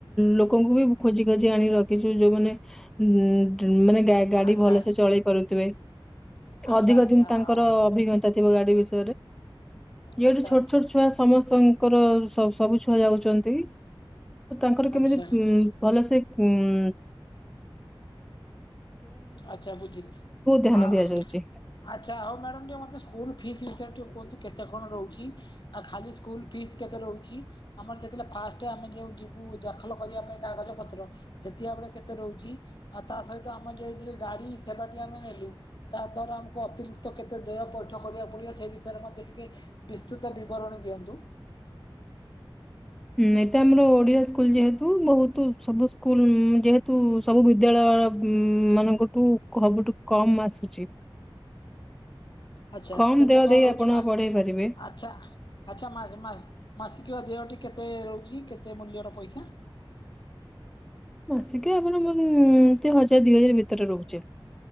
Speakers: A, in the centre; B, on the left (about 55°).
A: ଲୋକଙ୍କୁ ବି ଖୋଜି ଖୋଜି ଆଣି ରଖିଚୁ। ଯୋଉମାନେ ଉ ମାନେ ଗାଡି
B: ଆଚ୍ଛା
A: ଭଲସେ ଚଳେଇ ପାରୁଥିବେ।
B: ଆଚ୍ଛା
A: ଅଧିକ
B: ଆଚ୍ଛା ଆଚ୍ଛା
A: ଦିନ ତାଙ୍କର
B: ହଁ
A: ଅଭିଜ୍ଞତା ଥିବ ଗାଡି ବିଷ ୟାଠୁ
B: ଆଚ୍ଛା
A: ଛୋଟ
B: ଆଚ୍ଛା।
A: ଛୋଟ ଛୁଆ ସମସ୍ତଙ୍କର ସବୁ ଛୁଆ ଯାଉ ତି ତାଙ୍କର
B: ଆଚ୍ଛା
A: କେମିତି ଉଁ ଭଲସେ ହୁଁ।
B: ଆଚ୍ଛା ବୁଝିଲି
A: ଧ୍ୟାନ
B: ଆ
A: ଦିଆଯାଉଛି
B: ଆଚ୍ଛା ହଉ ମ୍ୟାଡ଼ ଟିକେ ମତେ ସ୍କୁଲ <unintelligible> ଟିଉସନ କେତେ କଣ ରହୁଚି। ଖାଲି ସ୍କୁଲ ଫିସ କେତେ ରହୁଛି ଆମର ଯେତେବେଳେ ଫାଷ୍ଟ ଆମେ ଯୋଉ ଯିବୁ ଦାଖଲ କରିବା ପାଇଁ କାଗଜ ପତ୍ର। ସେଠିଆ ବେଳେ କେତେ ରହୁଚି। ଆଉ ତା ସହିତ ଆମ ଯୋଉ ଯିଏ ଗାଡି ସେବାଟି ନେଲୁ। ତା ଦ୍ଵାରା ଆମକୁ ଅତିରିକ୍ତ କେତେ ଦେଅ ପଇଠ କରିବାକୁ ପଡିବ। ସେ ବିଷୟରେ ମତେ ଟିକେ ବିସ୍ତୃତ ବିବରଣୀ ଦିଅନ୍ତୁ।
A: ହୁଁ ଏଇଟା ଆମର ଓଡିଆ ସ୍କୁଲ ଯେହେତୁ ବହୁତୁ ସବୁ ସ୍କୁଲ ଉଁ ଯେହେତୁ ସବୁ ବିଦ୍ୟାଳୟ ଳୟ ଉଁ ମାନଙ୍କଠୁ କମ ସବୁଠୁ କମ୍ ଆସୁଛି।
B: ଆଚ୍ଛା
A: କମ
B: କେତେ
A: ଦେୟ
B: କଣ
A: ଦେଇ
B: ରହୁଛି
A: ଆପଣ
B: ମା
A: ପଢେଇ ପାରିବେ
B: ଆଚ୍ଛା ଆଚ୍ଛା ମାସ ମାସ ମାସିକ ଦେୟଟି କେତେ ରହୁ ଜି କେତେ ମୂଲ୍ୟର ପଇସା?
A: ମାସିକିଆ ଆପଣଙ୍କ ଉଁ ଏମତି ହଜାର ଦି ହଜାର ଭିତରେ ରହୁଛି।